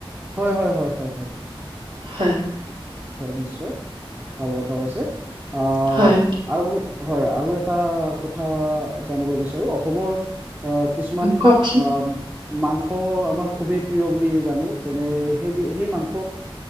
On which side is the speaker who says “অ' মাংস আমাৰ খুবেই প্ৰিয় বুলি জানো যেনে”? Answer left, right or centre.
Right